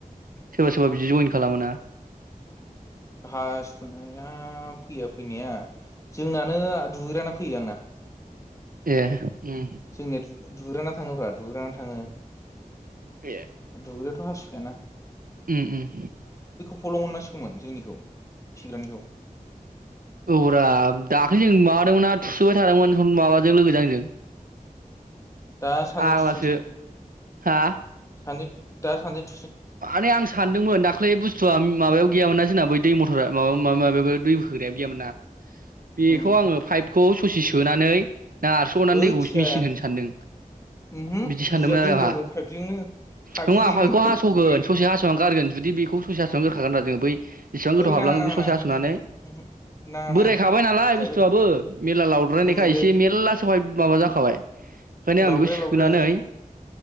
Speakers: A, on the right; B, on the left.
A: सोरबा सोरबा बिदि जइन खालामो ना।
B: हासुनाया फैया फैनाया जोंनानो दुगैग्राना फैयो आंना।
A: ए उम
B: जोंनियाव दु गैग्राना थाङोब्ला दुगैग्राना थाङो।
A: ए
B: <unintelligible> हासु खायाना
A: उम उम
B: फलं मोननांसिगौमोन जोंनिखौ खिग्रानिखौ
A: औरा दाख्ललि जों माबादोंमोनना थुसुबाय थादोंमोन माबाजों लोगोजों आंजों।
B: दा सानैजों
A: फाग्लासो
B: थुफिनसै
A: हा
B: सानै दा सानजों
A: माने आं सानदोंमोन दाख्लै बुस्थुआ माबायाव गैयामोन ना जोंना बै दै मथरा माबा माबा माब दै होग्रायाब गैयामोन ना। बेखौ
B: उम
A: आङो पाइपखौ खुसि सोनानै ना आरस' अनानै
B: हैद
A: दैखौ
B: जाया
A: मेसिन होनो आ सानदों
B: उमहो
A: बिदि सानदोंमोन
B: बुजिया
A: आरो
B: दै
A: आंहा
B: लोङो पाइपजोंनो पाइपजों
A: नङा
B: दै
A: पाइपखौ
B: लोङो
A: हास सगोन
B: बुजिया
A: ससे हास'आव गारगोन जुदि बेखौ ससे हास'नो गार थागोना जों बै जसेबां गोथाव
B: है
A: हाबलाङो
B: नाङा नाङा
A: बे ससे
B: नाङा
A: हास'नानै
B: उमहो उमहो नाङा
A: बोरायखाबाय
B: नाङा
A: नालाय
B: फाइप
A: बुस्थुआबो मेरला लावद्रायनायखाय
B: बोराया
A: एसे मेरला सहाय माबा जाखाबाय। ओंखायनो
B: लावद्राया
A: आं बेखौ सोनानै
B: लावद्राया उमहो उमहो